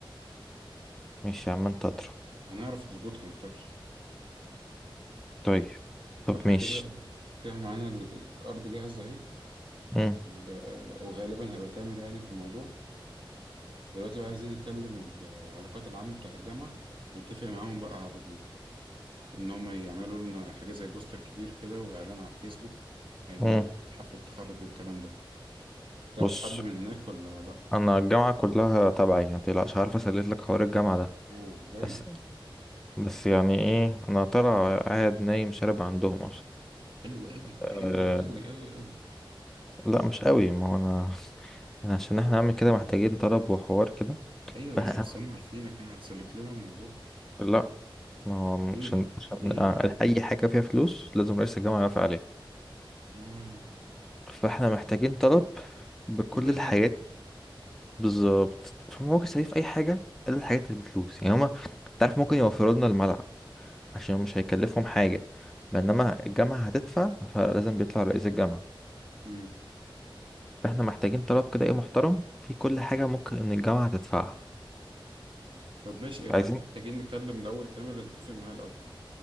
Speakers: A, in the centre; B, on the right.
A: ماشي يا عم انت اطرح
B: هنعرف نظبطها ما تخافش
A: طيب طب
B: فاحنا
A: ماشي
B: كده كده معانا ال- الارض جاهزه اهي
A: مم.
B: ال- وغالبا هيبقى تامر يعني في الموضوع دلوقتي بقى عايزين نتكلم العلاقات العامه بتاعت الجامعه ونتفق معاهم بقى على ان هم يعملوا لنا حاجة زي بوستر كبير كده واعلان على الفيسبوك انه
A: مم.
B: حفلة التخرج والكلام ده تعرف
A: بص
B: حد من هناك ولا لا
A: انا الجامعه كلها تبعي ما تقلقش عارف اسلك لك حوار الجامعه ده
B: اوه جامد
A: بس بس يعني ايه انا ترى قاعد نايم شارب عندهم اصلا
B: حلو قوي
A: أه
B: حلو قوي قوي قوي
A: لا مش قوي ما هو انا أنا عشان احنا نعمل كده محتاجين طلب وحوار كده
B: ايوه
A: فاهم
B: يا باشا بس هم عارفينك يعني هتسلك لنا الموضوع
A: <laughs> لا ما هو
B: ليه
A: عشان
B: لا
A: عشان
B: ليه
A: آه،
B: ليه
A: اي حاجه فيها فلوس لازم رئيس الجامعه يوافق عليها
B: اه
A: فاحنا محتاجين طلب بكل
B: كله
A: الحاجات
B: هنا الفلوس
A: بالظبط فممكن يسوي في اي حاجه الا الحاجات اللي بفلوس يعني هما تعرف ممكن يوفروا لنا الملعب عشان مش هيكلفهم حاجة بينما الجامعة هتدفع فلازم بيطلع رئيس الجامعة
B: امم
A: فاحنا محتاجين طلب كده ايه محترم في كل حاجة ممكن ان الجامعة تدفعها
B: طب ماشي إيه،
A: عايزين
B: فاحنا محتاجين نتكلم الاول تامر نتفق معاه الاول